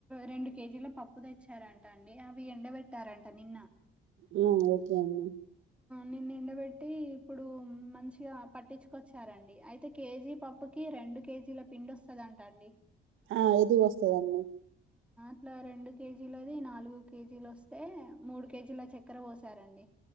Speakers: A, in the centre; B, on the right.
A: రెండు కేజీల పప్పు తెచ్చారంట అండి అవి ఎండ పెట్టారంటా నిన్న
B: నొ ఓకే అమ్మ
A: నిన్ను ఎండబెట్టి ఇప్పుడు మంచిగా పట్టించ్చుకొచ్చారండి అయితే కేజీ పప్పుకి రెండు కేజీల పిండొస్తదంటండి
B: ఆ ఎదిగొస్తదండి
A: ఇట్లా రెండు కేజీలది నాలుగు కేజీలొస్తే మూడు కేజీల చక్కెర పోసారండి